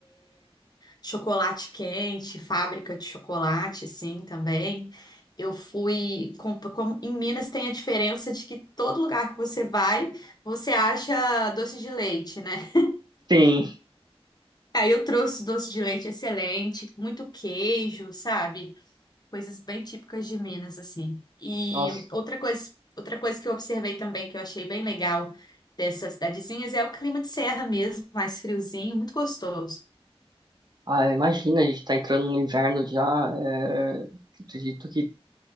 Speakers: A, on the left (about 40°); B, on the right (about 45°).
A: chocolate quente, fábrica de chocolate, assim, também. Eu fui, com- como em Minas tem a diferença de que todo lugar que você vai, você acha doce de leite, né?
B: Sim.
A: Aí eu trouxe doce de leite excelente, muito queijo, sabe? Coisas bem típicas de Minas, assim. E
B: Nossa,
A: outra coisa, outra coisa que eu observei também, que eu achei bem legal dessas cidadezinhas, é o clima de serra mesmo, mais friozinho, muito gostoso.
B: ah, imagina, a gente tá entrando no inverno já, é, acredito que